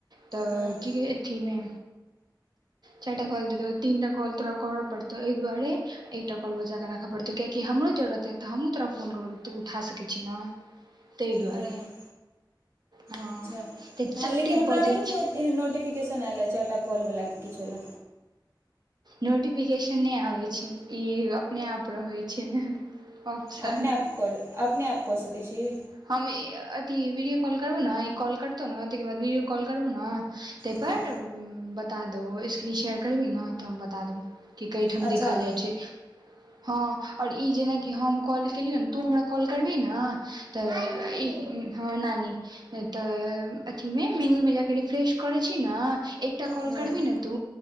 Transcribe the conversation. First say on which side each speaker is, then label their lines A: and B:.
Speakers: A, on the right; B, on the right.
A: तऽ
B: हँ
A: की गेआथिमे चारटा कॉल दतौ तीनटा कॉल तोरा करै पड़तौ ऐदुआरे एकटा कॉल बचाक कऽ राखय पड़तै कियाकि हमरो जरूरतइ है तऽ हमहूँ तोरा फोन करब त तू उठा सकै छी ने तइ दुआरे
B: हँ
A: हँ
B: अच्छा
A: तऽ
B: हँ
A: जते
B: लेकिन हमरा
A: बजै
B: नहि कोनो
A: छै
B: एहन नोटिफिकेशन आयल अछि चारटा कॉलवला कि किछले
A: नोटिफिकेशन नहि आबै छै ई अपने आप रहै छै ऑप्शन
B: अपने आप क अपने आप कऽ सकै छहि
A: हम इअथी वीडियो कॉल करबै ने ई कॉल करतौ ने ताकर बाद वीडियो कॉल करबै ने तयपर
B: हँ
A: बता देबै स्क्रीन शेयर करबिही ने तऽ हम बता देबै कि कइठाम
B: अच्छा
A: देखल जाइ छै हँ और ई जेनाकि हम कॉल केलियै ने तू हमरा कॉल करभीने तऽ ई हँ नानी तऽ अथीमे मेनूमे जाके रिफ्रेश करै छी ने एक एकटा कॉल
B: हँ
A: करबही ने तू